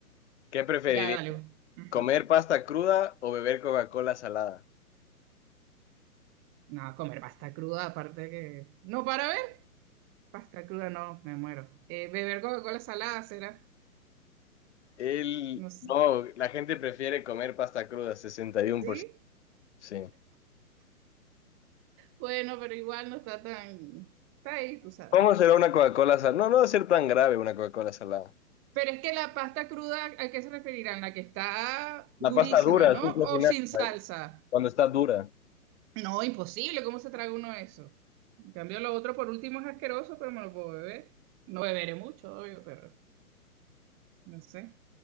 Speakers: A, on the left; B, on the right.
A: ¿Qué preferirías?
B: Ya, dale. Ujú.
A: ¿Comer pasta cruda o beber Coca-Cola salada?
B: No, comer pasta cruda, aparte que... No, para ver, pasta cruda no, me muero. Eh, beber Coca-Cola salada será,
A: El
B: no sé,
A: no, la gente prefiere comer pasta cruda, 61%.
B: ¿sí?
A: Sí.
B: Bueno, pero igual no está tan... Está ahí, tú sabes.
A: ¿Cómo será una Coca-Cola salada? No, no va a ser tan grave una Coca-cola salada.
B: Pero es que la pasta cruda, ¿a qué se referirán? La que está
A: La
B: durísima,
A: pasta dura,
B: ¿no?
A: sí, al
B: O
A: final,
B: sin salsa.
A: cuando está dura.
B: No, imposible, ¿cómo se traga uno eso? En cambio, lo otro por último es asqueroso, pero me lo puedo beber. No beberé mucho, obvio, pero no sé.